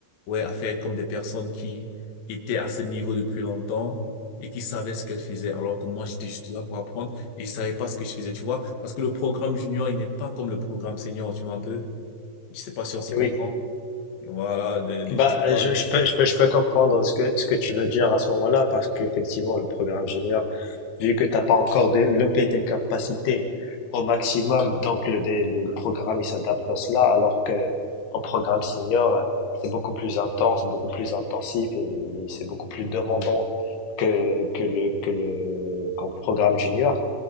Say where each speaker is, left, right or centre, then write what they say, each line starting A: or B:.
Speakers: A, on the left; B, on the left.
A: ouais, à faire comme des personnes qui étaient à ce niveau depuis longtemps et qui savaient ce qu'elles faisaient, alors que moi, j'étais juste là pour apprendre et je savais pas ce que je faisais, tu vois, parce que le programme junior, il n'est pas comme le programme senior, tu vois un peu. Je sais pas si on se comprend.
B: Oui.
A: Voilà, des, des,
B: Bah,
A: tu vois,
B: je, je peux, je peux, je peux comprendre ce que, ce que tu veux dire à ce moment-là, parce qu'effectivement, le programme junior, vu que tu n'as pas encore développé tes capacités au maximum, donc le, dé- le, le programme, il s'adapte à cela, alors que en programme senior, c'est beaucoup plus intense, beaucoup plus intensif et c'est beaucoup plus demandant que, que le, que le, qu'en programme junior.